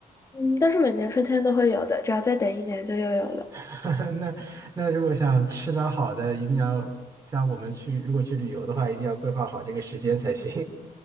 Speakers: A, on the left; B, on the right.
A: 嗯，但是每年春天都会有的，只要再等一年就又有了。
B: <laughs> 那那如果想吃点儿好的，一定要像我们去，如果去旅游的话，一定要规划好这个时间才行